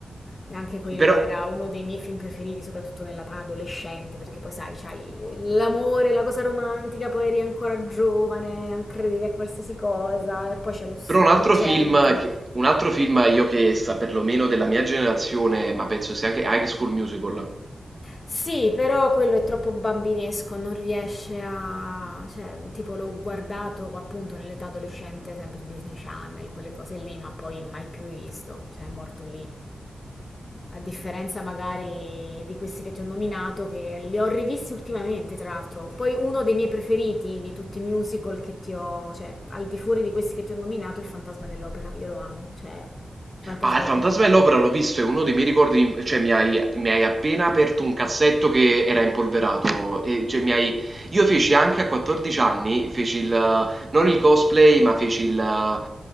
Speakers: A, on the left; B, on the right.
A: E anche quello
B: Però
A: era uno dei miei film preferiti, soprattutto nell'età adolescente, perché poi sai, c'hai l'amore, la cosa romantica, poi eri ancora giovane, credevi a qualsiasi cosa, e poi c'è lo struggente.
B: però un altro film che un altro film io che sa perlomeno della mia generazione, ma penso sia anche High School Musical.
A: Sì, però quello è troppo bambinesco, non riesce a... cioè, tipo l'ho guardato appunto nell'età adolescente, sempre su Disney Channel, quelle cose lì, ma poi mai più rivisto, cioè è morto lì. a differenza magari di questi che ti ho nominato, che li ho rivisti ultimamente, tra l'altro. Poi uno dei miei preferiti di tutti i musical che ti ho, cioè al di fuori di questi che ti ho nominato, è Il Fantasma dell'Opera. Io lo amo, cioè, il Fantasma
B: Ah, il
A: del...
B: Fantasma dell'Opera l'ho visto, è uno dei miei ricordi, cioè mi hai, mi hai appena aperto un cassetto che era impolverato, e, cioè, mi hai- io feci anche a 14 anni, feci il, non il cosplay, ma feci il,